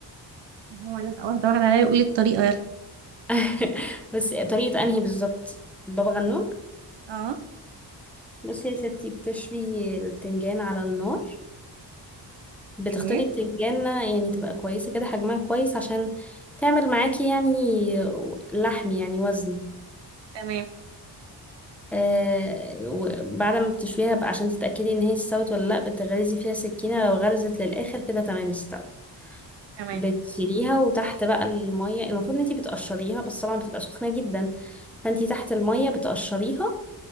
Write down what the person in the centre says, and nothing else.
<laughs> بس طريقة انهي بالظبط البابا غنوج
بصي يا ستي بتشوي البتنجان على النار بتختاري
بتنجانة يعني تبقى كويسة كده حجمها كويس عشان تعمل معاكي يعني لحم يعني وزن
آه وبعد ما بتشويها بقى عشان تتأكدي ان هي استوت ولا لا بتغرزي فيها سكينة لو غرزت للآخر كده تمام استوت
بتشيليها وتحت بقى المية المفروض ان انتي بتقشريها بس طبعا بتبقى سخنة جدا فانتي تحت المية بتقشريها